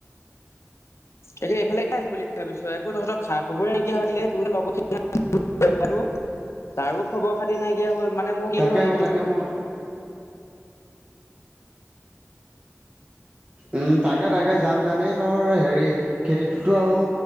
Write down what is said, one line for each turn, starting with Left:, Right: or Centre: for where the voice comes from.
Left: এদিন এইফালে এটা আহিম বুলি ভাবিছো একো তহঁৰ খবৰে নকিয়া হৈ থাকিলে তো লগ তাৰো খবৰ খাতি নাইকিয়া হ'ল মানে মোৰ
Right: তাকে
Left: কি হ'ল ইটো
Right: তাকে মই উম তাকে তাকে যাম যামেই তোৰ হেৰি খেতিটোতো আৰু